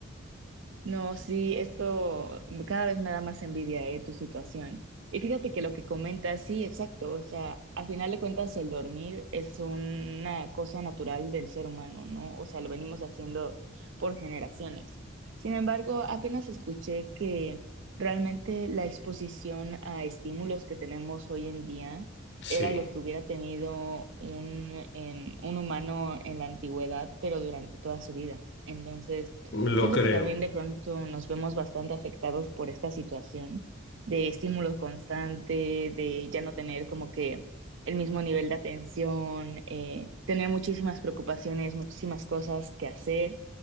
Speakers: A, on the right; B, on the left.
A: No, sí, esto cada vez me da más envidia, eh, tu situación. Y fíjate que lo que comentas, sí, exacto. O sea, a final de cuentas, el dormir es una cosa natural del ser humano, ¿no? O sea, lo venimos haciendo por generaciones. Sin embargo, apenas escuché que realmente la exposición a estímulos que tenemos hoy en día
B: Sí.
A: era lo que hubiera tenido un, em, un humano en la antigüedad, pero durante toda su vida. Entonces,
B: Lo
A: Siento
B: creo.
A: que también de pronto nos vemos bastante afectados por esta situación de estímulos constante, de ya no tener como que el mismo nivel de atención, eh, tener muchísimas preocupaciones, muchísimas cosas que hacer.